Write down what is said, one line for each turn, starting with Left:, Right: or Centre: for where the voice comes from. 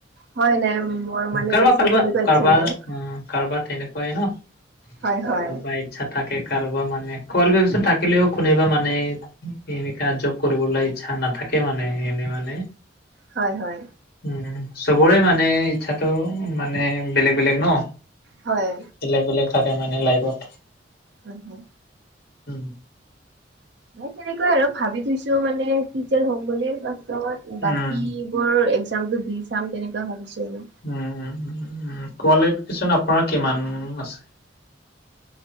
Right: হয় নাই মোৰ মানে
Left: কাৰবাৰ
Right: বেছি
Left: কাৰবাৰ
Right: তেনেকুৱা ইচ্ছা
Left: কাৰবাৰ
Right: নাই
Left: অ কাৰবাৰ তেনেকুৱাই ন
Right: হয় হয়
Left: কোনবাই ইচ্ছা থাকে কাৰোবা মানে কোৱালিফিকেচন থাকিলেও কোনেবা মানে এনেকা জব কৰিবলৈ ইচ্ছা নাথাকে মানে এনে মানে
Right: হয়, হয়।
Left: উ চবৰে মানে ইচ্ছাটো মানে বেলেগ বেলেগ ন।
Right: হয়।
Left: বেলেগ বেলেগ থাকে মানে লাইফত।
Right: হয়, হয়।
Left: উম।
Right: মই তেনেকুৱাই আৰু ভাবি থৈছো মানে টিচাৰ হ'ম বুলি। পাছত বাকী
Left: উম,
Right: বোৰ এক্সজামটো দি চাম তেনেকুৱা ভাবিছো আৰু।
Left: উম, উম, উম। কোৱালিফিকেচন আপোনাৰ কিমান আছে?